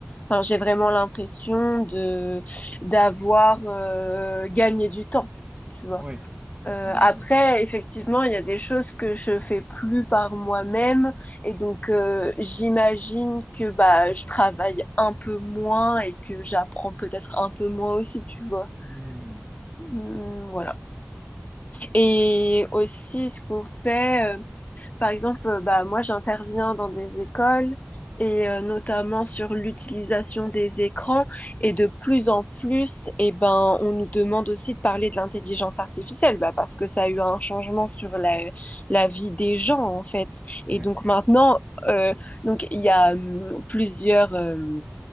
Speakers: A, on the left; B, on the right.
A: Enfin, j'ai vraiment l'impression de d'avoir euh, gagné du temps, tu vois.
B: Ouais.
A: Euh,
B: Ouais, ouais.
A: après, effectivement, il y a des choses que je fais plus par moi-même et donc euh, j'imagine que bah je travaille un peu moins et que j'apprends peut-être un peu moins aussi, tu vois.
B: Hmm.
A: Hum, voilà.
B: Hmm.
A: Et aussi, ce qu'on fait. euh, par exemple, euh, bah, moi j'interviens dans des écoles et euh, notamment sur l'utilisation des écrans et de plus en plus, eh ben, on nous demande aussi de parler de l'intelligence artificielle bah, parce que ça a eu un changement sur la, la vie des gens en fait. Et
B: Ouais.
A: donc maintenant, euh, donc, il y a hum, plusieurs... euh,